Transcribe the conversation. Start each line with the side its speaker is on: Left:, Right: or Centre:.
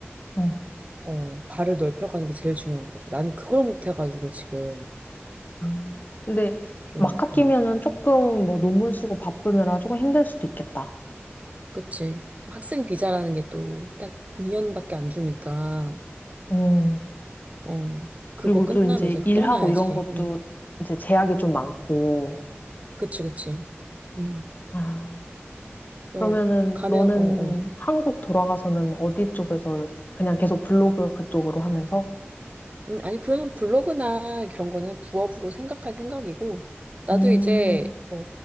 Left: 음.
Right: 어, 발을 넓혀가는 게 제일 중요한 것 같아. 나는 그걸 못해가지고 지금
Left: 음. 근데
Right: 좀,
Left: 막 학기면은
Right: 음,
Left: 조금 뭐 논문 쓰고 바쁘느라 조금 힘들 수도 있겠다.
Right: 그치. 학생 비자라는 게 또 딱 2년밖에 안 주니까,
Left: 음.
Right: 어, 그거
Left: 그리고
Right: 끝나면
Left: 또 이제
Right: 이제 그
Left: 일하고
Right: 떠나야지.
Left: 이런 것도
Right: 응.
Left: 이제 제약이 좀 많고.
Right: 그치, 그치. 응.
Left: 아.
Right: 너
Left: 그러면은
Right: 가면,
Left: 너는
Right: 어, 어.
Left: 한국 돌아가서는 어디 쪽에서 그냥 계속 블로그 그쪽으로 하면서?
Right: 음, 아니, 그거는 블로그나 그런 거는 부업으로 생각할 생각이고, 나도
Left: 음,
Right: 이제, 어,